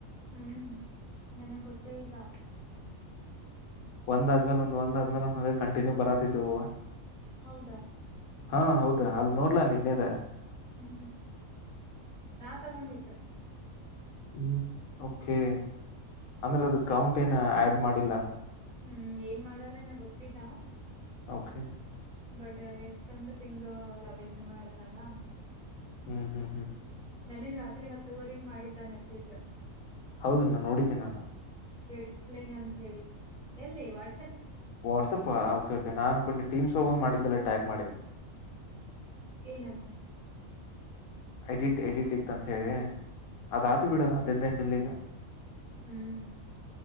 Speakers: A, on the right; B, on the left.
A: ಹ್ಮ್ ನನಗ್ ಗೊತ್ತೇ ಇಲ್ಲ.
B: ಒಂದಾದ್ಮೇಲೆ ಒಂದ್ ಒಂದ್ ಆದ್ಮೇಲೆ ಒಂದ ಕಂಟಿನ್ಯೂ ಬರತಿದ್ವು.
A: ಹೌದಾ.
B: ಹಾ ಹೌದ ಅಲ್ ನೋಡ್ಲಾ ನಿನ್ನೇದ.
A: ಹ್ಮ್ ನಾ ತಗೊಂಡಿದ್ದ.
B: ಹ್ಮ ಓಕೆ. ಅಂದ್ರೆ ಅದ ಕೌಂಟೇನ್. ಆ ಹಾಡ್ ಮಾಡಿಲ್ಲ.
A: ಹ್ಮ್ ಏನ್ ಮಾಡಾರೆನ ಗೊತ್ತಿಲ್ಲ.
B: ಓಕೆ.
A: ಬಟ್ ಎಷ್ಟೊಂದು ಫಿಂಗ್ ಲವ್ ಇನ್ ಮಾಡಾರಲ್ಲ.
B: ಹ್ಮ್ ಹ್ಮ್ ಹ್ಮ್.
A: ನನಗ್ ರಾತ್ರಿ ಹತ್ತುವರೆಗ ಮಾಡಿದ್ದ ಮೆಸೇಜ್.
B: ಹೌದನ್ನ ನೋಡಿದ್ದಿ ನಾನ.
A: ಎಕ್ಸ್ಪ್ಲೈನ್ ಅಂತ ಹೇಳಿ ಎಲ್ಲಿ ವಾಟ್ಸ್.
B: ವಾಟ್ಸ್ಪ್ ಓಕೆ ಕೆ ನನ್ಕೊಂಡ ಟೀಮ್ಸ್ ಹ ಒಂದ್ ಮಾಡಿದ್ದಲ್ಲ. ಟ್ಯಾಗ್ ಮಾಡಿ.
A: ಏನಂತ.
B: ಎಡಿಟ್ ಎಡಿಟ್ ಇತ್ತ ಅಂತ ಹೇಳಿ. ಅದಾತ ಬಿಡ ಅದದ. ಇಲ್ಲಿಗ.
A: ಹ್ಮ್